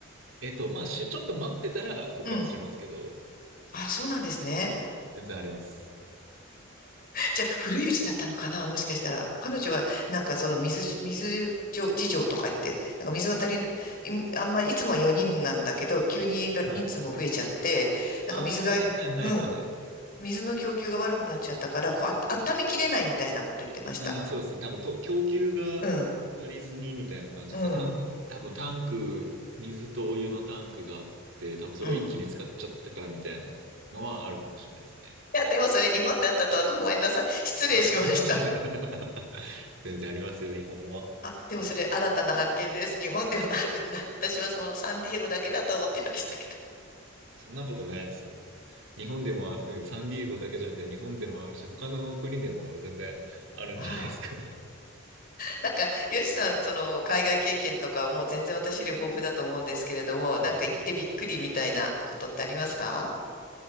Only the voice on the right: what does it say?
えっと、まあ、し、ちょっと待ってたら復活しますけど、
全然あります。
はい。
ああ、はいはいはいはいはい。
うん、そうですね。多分と、供給が足りずにみたいな感じですね。
タン、多分タンク、水とお湯のタンクがあって、多分それを一気に使っちゃったからみたいなのはあるかもしれないですね。
<laughs> 全然ありますよ、日本も。
そんなことないですよ。日本でもある、うんサンディエゴだけじゃなくて日本でもあるし、他の国でも全然あるんじゃないですかね。
<laughs>
いやそんなことないです。